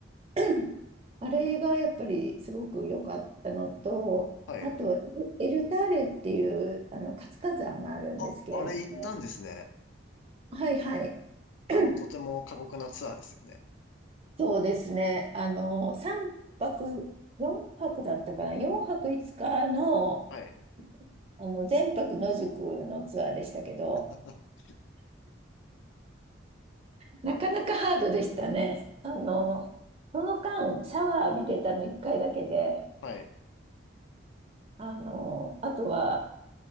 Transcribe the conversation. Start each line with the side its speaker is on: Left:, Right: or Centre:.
Right: <clears throat> あれがやっぱりすごく良かったのと、
Left: はい。
Right: あと、エルターレっていうあの活火山があるんですけれども、
Left: あ、あれ行ったんですね。
Right: はいはい、<clears throat>
Left: あの、とても過酷なツアーですよね。
Right: そうですね、あの3泊、4泊だったかな、4泊5日の、
Left: はい。
Right: あの全泊野宿のツアーでしたけど、
Left: <laughs>
Right: なかなかハードでしたね。あのその間、シャワー浴びれたの1回だけで、
Left: はい。
Right: あのあとは